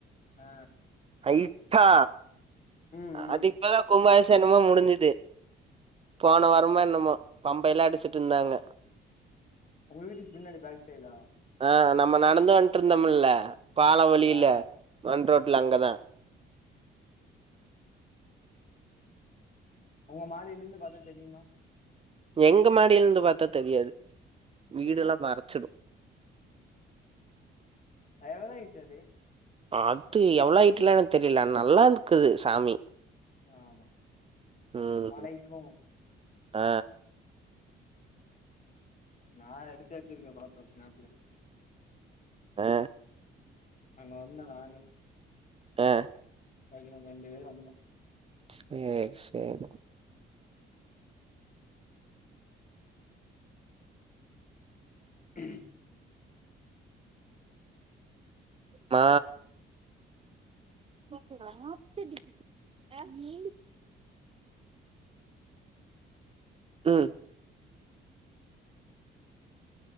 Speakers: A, on the left (about 40°); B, on the right (about 30°).
A: ஆ
B: ஹய்ட்டா
A: ம் ம்
B: அது இப்பதா கும்பாபிசேகம்ல முடிஞ்சுது போன வாரமா என்னமோ பம்பயெல்லா அடிச்சுட்ருந்தாங்க
A: உங்க வீட்டுக்கு பின்னாடி பேக் சைடா
B: ஆ நம்ம நடந்து வன்ட்ருந்தம்ல்ல பாலோ வழியில
A: ஆ
B: மண் ரோட்ல அங்க தா
A: உங்க மாடில இருந்து பாத்தா தெரியுமா
B: எங்க மாடில இருந்து பாத்தா தெரியாது வீடெல்லா
A: ம்
B: மறச்சுரு
A: அதனால தா இட்சது
B: அது எவ்ளோ ஐட்டுல தெரில ஆனா நல்லாருந்துக்குது சாமி
A: ஆமா
B: ம்
A: மாலைக்கு
B: ஆ
A: நாலு எடுத்து வெச்சுருக்க பாப்போ ஸ்நாப்புல
B: ஆ
A: அங்க வந்த நானு
B: ஆ
A: பைக்கில ரெண்டு பேரு வந்தோ
B: சேரி சேரி
A: ம்
B: ஆ <inaudible> ம்